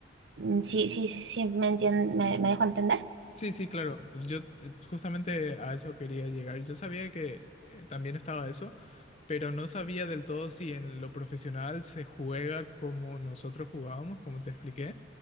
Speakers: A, on the right (about 65°); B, on the left (about 35°).
A: Mm, Sí, sí, sí, sí, me entien- me, me dejo entender.
B: Sí, sí, claro. Pues Yo eh, justamente a eso quería llegar. Yo sabía que eh, también estaba eso, pero no sabía del todo si en lo profesional se juega como nosotros jugábamos, como te expliqué,